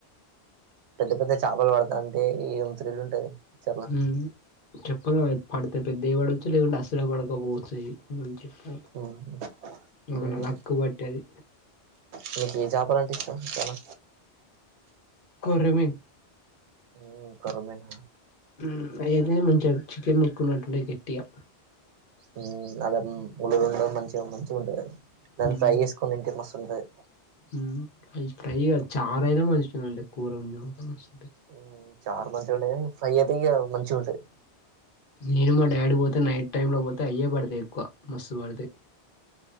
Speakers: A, on the right; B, on the left.
A: పెద్ద పెద్ద చేపలు పడుతంటే ఎం త్రిల్ ఉంటది చర్ల
B: మ్ చెప్పాలేం పడితే పెద్దయి పడొచ్చు లేకుంటే అసలే పడకపోచ్చాయ్యి చెప్పా
A: ఉమ్ ఉమ్
B: మన లక్ బట్టది
A: నీకు ఏ చెప్పాలంటే అంటే ఇష్టం చానా
B: కొర్రమిన్
A: ఓ కొర్మమీనా
B: మ్ అయ్యాయితేనే మంచిగా చికెన్ ముక్కున్నట్టు ఉంటాయి మంచిగా
A: మ్ అద్ ముల్లులుండవ్ మంచిగ మంచిగుంటదది దాన్ని
B: ఉమ్
A: ఫ్రై చేసుకోని తింటే మస్తు ఉంటది
B: ఉమ్ అవి ఫ్రై కాదు చారైనా మంచిగనే ఉంటది కూర వండిన కుడా మస్
A: మ్ చార్ మంచిగానే ఉంటది కానీ ఫ్రై అయితే ఇగ మంచిగుంటది
B: నేను మా డాడీ పోతే నైట్ టైం ల పోతే అయ్యే పడుతయ్ ఎక్కువ మస్తు పడుతై